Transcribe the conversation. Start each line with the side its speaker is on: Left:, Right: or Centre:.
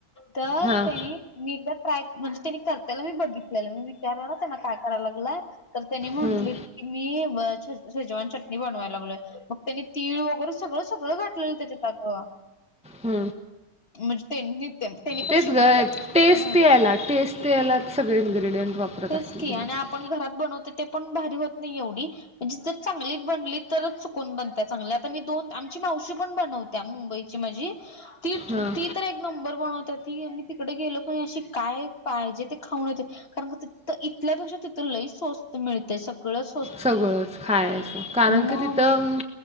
Left: तर
Centre: हां
Left: त्यांनी मी एकदा ट्राय म्हणजे त्यांनी करतायला मी बघितलेलं मी विचारलं ना त्यांना काय करायला लागलं तर त्यांनी म्हटली
Centre: हं,
Left: की मी की शेज शेजवान चटणी बनवायला लागलय मग त्यानी तीळ वगैरे सगळं सगळं घातलेलं त्याच्यात अग
Centre: हम्म.
Left: म्हणजे त्यांनी त्यांनी पण
Centre: तेच
Left: शिकून
Centre: ग, टेस्ट
Left: ना.
Centre: यायला टेस्ट यायलाच सगळे इंग्रिडियंट वापरत
Left: तेच
Centre: असतील
Left: की
Centre: त्यांनी
Left: आणि आपण घरात बनवते ते पण भारी होत नाही एवढी म्हणजे जर चांगलीच बनली तरच चुकून बनता चांगल्या आता मी दोन आमची मावशी पण बनवत्या मुंबई ची माझी ती
Centre: हां
Left: ती तर एक नंबर बनवते ती. मी तिकडे गेलो पण अशी काय पाहिजे ते खाऊन येते कारण का तिक इथल्यापेक्षा तिथ लय स्वस्त मिळत सगळच
Centre: सगळंच खायचं कारण की
Left: मग
Centre: तिथं